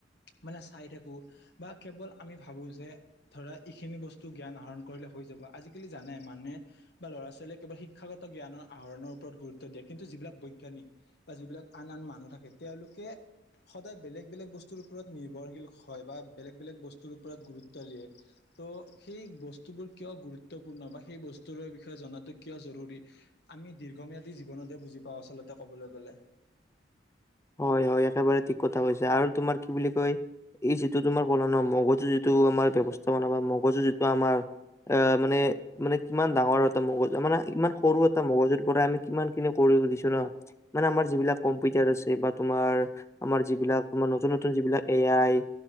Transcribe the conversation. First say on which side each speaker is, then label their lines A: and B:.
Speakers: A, on the left (about 60°); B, on the left (about 15°).
A: মানে চাই থাকোঁ বা কেৱল আমি ভাবোঁ যে ধৰা এইখিনি বস্তু! টো জ্ঞান আহৰণ কৰিলে হৈ যাব আজিকালি জানে মানুহে বা ল'ৰা ছোৱালীয়ে কেৱল শিক্ষাগত জ্ঞানৰ- আহৰনৰ ওপৰত গুৰুত্ব দিয়ে কিন্তু যিবিলাক বৈজ্ঞানিক। বা যিবিলাক আন আন মানুহ থাকে তেওঁলোকে সদায় বেলেগ বেলেগ বস্তুৰ ওপৰত। নিৰ্ভৰশীল হয় বা বেলেগ বেলেগ বস্তুৰ ওপৰত গুৰুত্ব দিয়ে। ত' সেই বস্তুবোৰ কিয় গুৰুত্বপূৰ্ণ বা সেই বস্তুৰে বিষয়ে জনাটো কিয় জৰুৰী। আমি দীৰ্ঘম্যাদী জীৱনতহ বুজি পাওঁ আচলতে ক'বলৈ গ'লে।
B: হয় হয়, একেবাৰে ঠিক কথা কৈছা। আৰু তোমাৰ কি বুলি কয়? এই যিটো তোমাৰ কলো ন মগজু যিটো আমাৰ ব্যৱস্থাপনা বা মগজু যিটো আমাৰ- আ মানে- মানে কিমান ডাঙৰ এটা মগজু মানে ইমান সৰু এটা মগজুৰ পৰাই আমি কিমান খিনি কৰি দিছো ন। মানে আমাৰ যিবিলাক কম্পিউটাৰ আছে। বা তোমাৰ আমাৰ যিবিলাক তোমাৰ নতুন নতুন যিবিলাক এ আই-